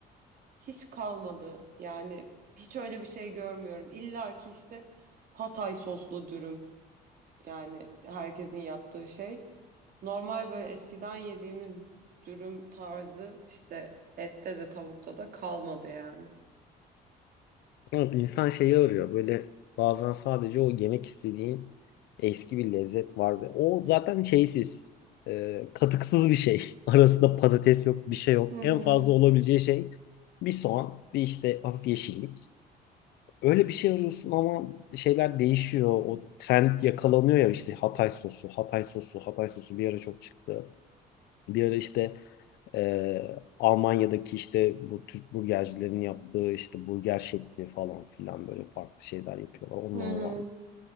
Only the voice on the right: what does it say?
hiç kalmadı. Yani hiç öyle bir şey görmüyorum. İlla ki işte Hatay soslu dürüm yani herkesin yaptığı şey. Normal böyle eskiden yediğimiz dürüm tarzı işte ette de tavukta da kalmadı yani.
Hı
hı.
Hı hı.